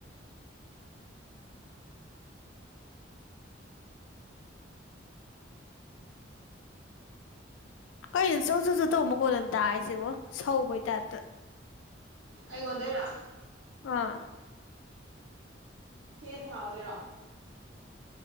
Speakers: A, on the left (about 85°); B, on the right (about 85°).
A: ꯀꯩꯅꯣ ꯆꯧ ꯆꯧꯁꯨ ꯇꯧꯕꯃ ꯈꯣꯠꯅꯅ ꯇꯥꯔꯤꯁꯦꯕꯣ ꯁꯧꯕꯩ ꯇꯥꯏꯞꯇ
B: ꯑꯩꯉꯣꯟꯗꯦꯔ
A: ꯑꯥ
B: ꯍꯦ ꯊꯋꯦꯔꯣ